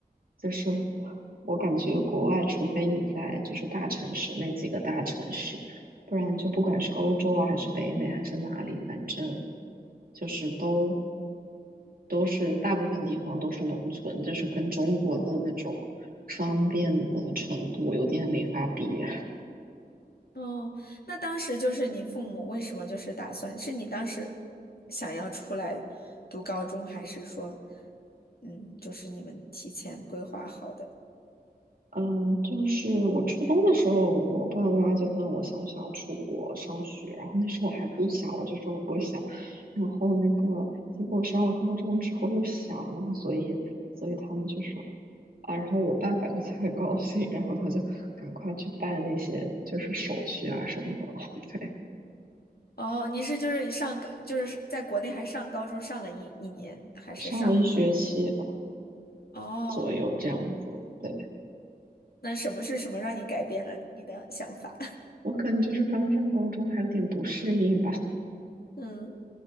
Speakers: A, on the right; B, on the left.
A: 就是我，我感觉国外，除非你在就是大城市那几个大城市，不然就不管是欧洲啊，还是北美，还是哪里，反正就是都都是大部分地方都是农村，就是跟中国的那种方便的程度有点没法比。
B: <laughs> 哦，那当时就是你父母为什么就是打算，是你当时想要出来读高中，还是说，嗯，就是你们提前规划好的？
A: 呃，就是我初中的时候，我爸爸妈妈就问我想不想出国上学，然后那时候我还不想，我就说我不想。然后那个结果上了高中之后又想了，所以所以他们就说啊，然后我爸爸就特别高兴，然后他就赶快去办那些就是手续啊什么的，<laughs> 对，
B: 哦，你是就是上就是在国内还上高中上了一一年，还是上了一段？
A: 上了一学期
B: 哦，
A: 左右这样子。对。
B: 那什么是什么让你改变了你的想法？
A: 我可能就是刚上高中，还有点不适应吧，
B: <laughs> 嗯。